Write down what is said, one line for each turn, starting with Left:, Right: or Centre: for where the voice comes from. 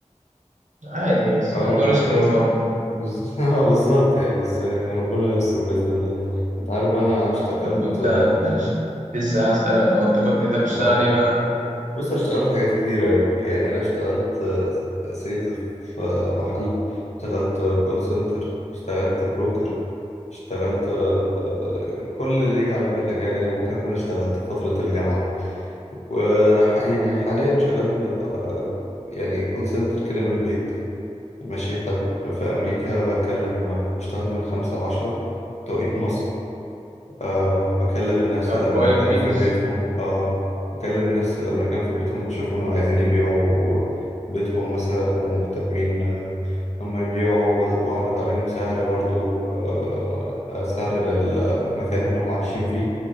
Right: عادي بس
Left: اه
Right: إنه ريسك نو فن
Left: بالظبط <laughs> اه بالظبط يعني بس يعني ربنا يستر بإذن الله انت عارف انا اشتغلت
Right: طب وانت ش- لسه هسألك هو انت كنت انت بتشتغل
Left: آه،
Right: ايه بقى؟
Left: بص أنا اشتغلت حاجات كتير أوي يعني أنا اشتغلت آه، سيلز في آه، محل اشتغلت آه، كول سنتر اشتغلت بروكر اشتغلت آه، كل اللي يجي على بالك يعني ممكن أكون اشتغلت في فترة الجامعة دي وح يعني حاليا شغال آه، يعني كول سنتر كده من البيت ماشي حلو في أمريكا بتكلم آه، بشتغل من خمسة لعشرة توقيت مصر أه بكلم الناس
Right: طب
Left: الأمريكان
Right: كويس
Left: في بيوتهم أه بكلم الناس الأمريكان في بيوتهم بشوفهم لو عايزين يبيعوا بيتهم مثلا لو مهتمين آه، هم يبيعوا ب- بعرض عليهم سعر برضو أه آه، سعر المكان اللي هم عايشين فيه